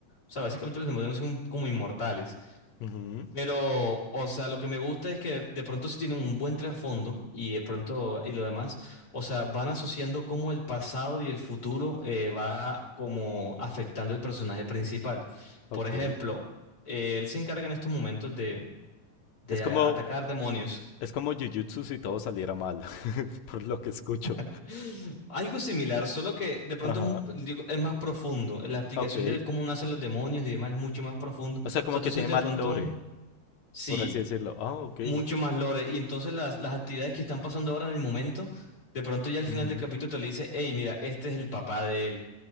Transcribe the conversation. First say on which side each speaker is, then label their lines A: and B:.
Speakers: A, on the left; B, on the left.
A: O sea, básicamente los demonios son como inmortales.
B: Ujú,
A: Pero, o sea, lo que me gusta es que de pronto sí tienen un buen trasfondo y de pronto y lo demás, o sea, van asociando cómo el pasado y el futuro eh, va como afectando el personaje principal.
B: Ok.
A: Por ejemplo, eh, él se encarga en estos momentos de, de
B: Es como,
A: a- atacar demonios.
B: es como Jujutsu si todo saliera mal, <laughs> por lo que escucho.
A: <gasps> Algo similar, solo que de pronto
B: Ajá.
A: es, un- digo, es más profundo. La explicación
B: Ok.
A: de cómo nacen los demonios y demás es mucho más profundo.
B: O
A: O
B: sea, como
A: sea,
B: que
A: tú sientes
B: tiene mal
A: de pronto,
B: lore.
A: sí.
B: por así decirlo. Ah, ok.
A: mucho más lore. Y entonces las, las actividades que están pasando ahora en el momento, de pronto ya al
B: Ujú.
A: final del capítulo te le dice, hey, mira, este es el papá de él,